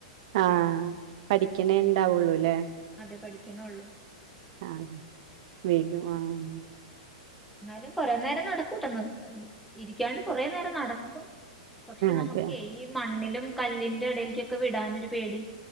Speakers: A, on the right; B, in the centre.
A: ആഹ പഠിക്കണേ ഉണ്ടാവുള്ളൂ അല്ലേ.
B: അതെ പഠിക്കണള്ളൂ.
A: ആഹ് വീ <unintelligible>
B: എന്നാലും കൊറെേ നേരം നടക്കൂട്ടന്ന് ഇരിക്കാണ്ട് കൊറെേ നേരം നടക്കും പക്ഷെ നമുക്ക്
A: അതെ
B: ഈ മണ്ണിലും കല്ലിൻറെ ഇടേക്കൊക്കെ വിടാനൊരു പേടി